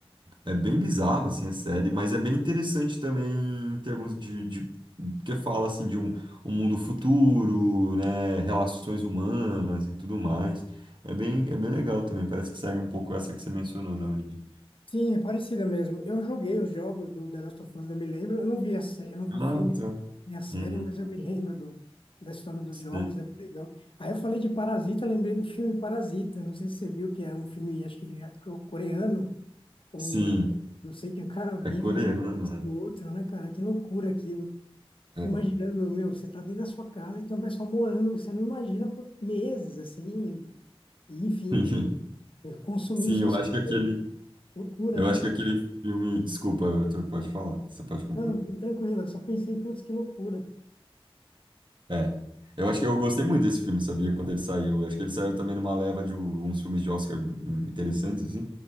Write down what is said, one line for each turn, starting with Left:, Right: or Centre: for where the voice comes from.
Right: é, é bem bizarro, assim, a série, mas é bem interessante também em termos de, de porque fala, assim, de um, um mundo futuro, né, relações humanas e tudo mais. É bem, é bem legal também, parece que segue um pouco essa que você mencionou da origem.
Left: Sim, é parecida mesmo. Eu joguei os jogos do The Last of Us, eu me lembro. Eu não vi a, sé- eu não vi
Right: Ah,
Left: o filme
Right: tá.
Left: e a série,
Right: Uhum.
Left: mas eu me lembro do, da história dos
Right: Sim.
Left: jogos, é bem legal. Aí eu falei de Parasita, lembrei do filme Parasita. Não sei se você viu, que é um filme, acho que ja- co- coreano ou
Right: Sim,
Left: japonês. Não sei que o cara vive
Right: é coreano,
Left: na casa
Right: né?
Left: do outro, né, cara? Que loucura aquilo.
Right: É.
Left: Imaginando, meu, você tá dentro da sua casa e tem um pessoal morando, você não imagina por meses, assim, e, enfim,
Right: <laughs>
Left: e- e consumindo
Right: Sim,
Left: suas
Right: eu acho
Left: coisas.
Right: que aquele,
Left: Loucura,
Right: eu
Left: né?
Right: acho que aquele filme, desculpa, Arthur, pode falar, você pode concluir.
Left: Não, tranquilo, eu só pensei, putz, que loucura.
Right: É. Eu acho que eu gostei muito desse filme, sabia? Quando ele saiu. Acho que ele saiu também numa leva de u- uns filmes de Oscar hum, interessantes, assim.